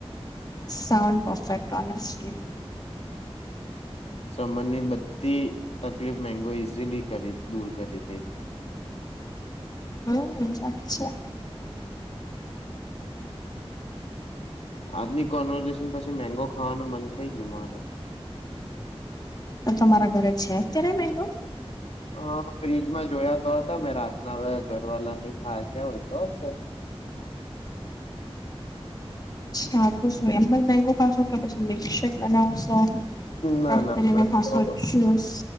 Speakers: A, on the left (about 40°); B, on the left (about 80°).
A: Sound perfect honestly.
B: સંબંધની બધી તકલીફ મેંગો ઈઝીલી કરી દૂર કરી દેય.
A: હમ અચ્છા.
B: આજની કોન્વર્ઝેશન પછી મેંગો ખાવાનું મન થઈ ગયું મારું.
A: તો તમારા ઘરે છે અત્યારે મેંગો?
B: અ ફ્ર્રીજમાં જોયા તો હતા, મેં રાતના હવે ઘરવાલા ની ખાય ગયા હોય તો હશે.
A: હા તો શું એમ જ મેંગો ખાશો કે, પછી મિલ્કશેેક બનાવશો?
B: ના
A: કટ
B: ના
A: કરીને
B: હમણાં
A: ખાસો
B: તો
A: જુસ